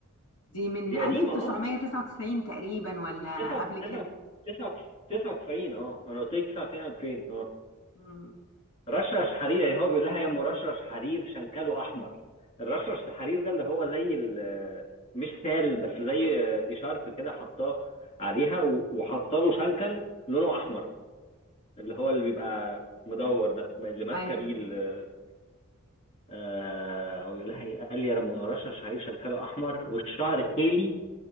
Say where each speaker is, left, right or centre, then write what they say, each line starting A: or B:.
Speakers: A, on the left; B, on the left.
A: دي من
B: دي قديمة اه
A: 1999 تقريبا ولا
B: 9
A: قبل
B: 9
A: كده
B: 9 99 اه انا قلت لك 99 2000 اه
A: مم.
B: رشرش حرير يعني هو بيقول لها يا ام رشرش حرير شنكله احمر الرشرش الحرير ده اللي هو زي ال- مش تال بس زي اشارب كده حطاه عليها و- وحط له شنكل لونه احمر اللي هو اللي بيبقى مدور ده اللي ماسكه
A: ايوه
B: بيه ال- آه هو بيقول لها ايه قال لي يا رم ورشه شعير شنكله احمر والشعر خيلي